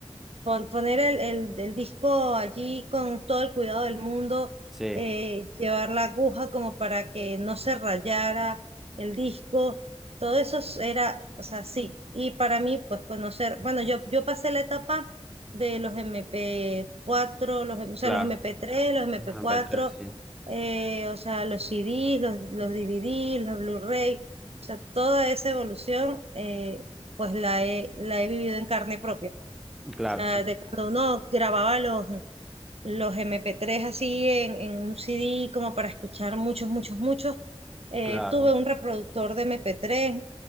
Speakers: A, on the right (about 65°); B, in the centre.
A: pon- poner el, el, el disco allí con todo el cuidado del mundo,
B: sí,
A: eh, llevar la aguja como para que no se rayara el disco, todo eso es- era, o sea, sí. Y para mí, pues conocer, bueno, yo, yo pasé la etapa de los mp cuatro los, o sea,
B: claro.
A: los mp tres los mp
B: Una
A: cuatro
B: MP3, sí.
A: eh, o sea, los CDs, los, los DVDs, los Blu-ray, o sea, toda esa evolución, eh, pues la he, la he vivido en carne propia
B: Claro,
A: sea,
B: sí,
A: de cuando uno grababa los, los MP3 así en, en un CD como para escuchar muchos, muchos, muchos. Eh,
B: claro,
A: tuve un reproductor de MP3.